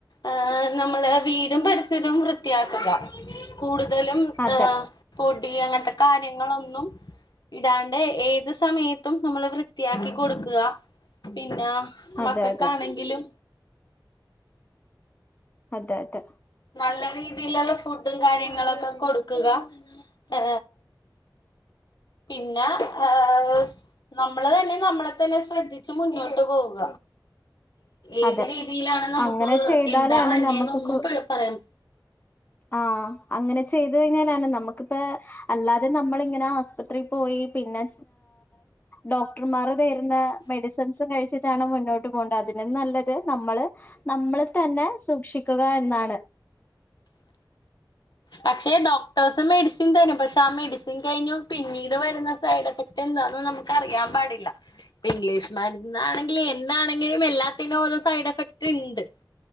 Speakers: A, on the left; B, on the left.
A: ആഹ് നമ്മളെ വീടും പരിസരവും വൃത്തിയാക്കുക. കൂടുതലും
B: അതെ
A: പൊടി അങ്ങത്ത കാര്യങ്ങളൊന്നും ഇടാണ്ട് ഏത് സമയത്തും നമ്മള് വൃത്തിയാക്കി കൊടുക്കും പിന്നെ
B: അതെ
A: മക്കക്കാണെങ്കിലും
B: അതെ അതെ, അതെ
A: നല്ല രീതിയിലുള്ള ഫുഡും കാര്യങ്ങളൊക്കെ കൊടുക്കുക ഏ. പിന്നെ എസ് നമ്മള് തന്നെ നമ്മളെ തന്നെ ശ്രദ്ധിച്ച് മുന്നോട്ട് പോക ഏത്
B: അതെ
A: രീതിയിലാണ് നമുക്ക്
B: അങ്ങനെ ചെയ്താലാണ്
A: എന്താ വന്നെനൊന്നും
B: നമുക്ക്
A: പറയാം
B: ആഹ് അങ്ങനെ ചെയ്ത് കഴിഞ്ഞാലാണ് നമ്മുക്കിപ്പ അല്ലാതെ നമ്മളിങ്ങനെ ആസ്പത്രി പോയി പിന്നെ ഡോക്ടർമാര് തരുന്ന മെഡിസിൻസും കഴിച്ചിട്ടാണ് മുന്നോട്ട് പോണ്ടേ അതിനും നല്ല ത് നമ്മള് നമ്മള് തന്നെ സൂക്ഷിക്കുക എന്നാണ്
A: പക്ഷെ ഡോക്ടേഴ്സ് മെഡിസിൻ തരും പക്ഷെ ആ മെഡിസിൻ കഴിഞ്ഞു പിന്നീട് വരുന്ന സൈഡ് എഫക്ട് ന്താന് നമുക്ക് അറിയാം പാടില്ല ഇപ്പൊ ഇംഗ്ലീഷ്മരുന്നാണെങ്കിലും എന്താണെങ്കിലും എല്ലാ തിന് ഓരോ സൈഡ് എഫക്ട് ഉണ്ട്.